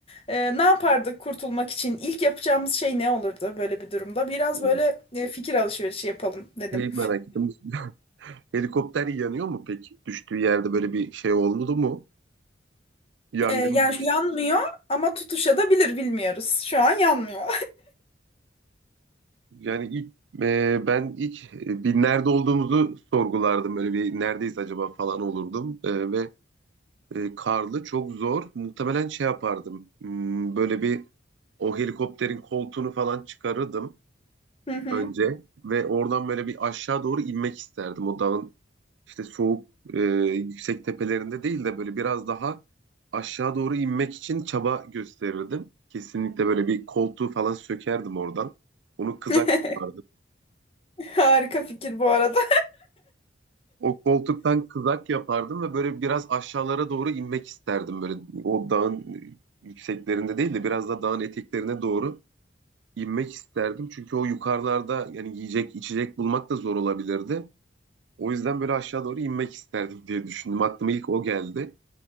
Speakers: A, on the left; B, on the right.
A: Ee, ne yapardık kurtulmak için? İlk yapacağımız şey ne olurdu böyle bir durumda? Biraz
B: hı.
A: böyle e, fikir alışverişi yapalım dedim.
B: Şeyi merak ettim. <laughs> Helikopter yanıyor mu peki? Düştüğü yerde böyle bir şey oldu mu? Yangın
A: Ee, yani
B: gibi bir
A: şu yanmıyor ama tutuşabilir bilmiyoruz. Şu an yanmıyor.
B: şey. Yani ilk e, ben ilk e, bir nerede olduğumuzu sorgulardım. Böyle bir neredeyiz acaba falan olurdum. E, ve e, karlı çok zor. Muhtemelen şey yapardım. Hmm, böyle bir o helikopterin koltuğunu falan çıkarırdım
A: <laughs> Hı hı.
B: önce ve oradan böyle bir aşağı doğru inmek isterdim o dağın işte soğuk e, yüksek tepelerinde değil de böyle biraz daha aşağı doğru inmek için çaba gösterirdim. Kesinlikle böyle bir koltuğu falan sökerdim oradan. Onu kızak
A: <laughs>
B: yapardım.
A: Harika fikir bu arada.
B: O koltuktan kızak yapardım ve böyle biraz aşağılara doğru inmek isterdim. Böyle o dağın yükseklerinde değil de biraz da dağın eteklerine doğru inmek isterdim. Çünkü o yukarılarda yani yiyecek içecek bulmak da zor olabilirdi. O yüzden böyle aşağı doğru inmek isterdim diye düşündüm. Aklıma ilk o geldi.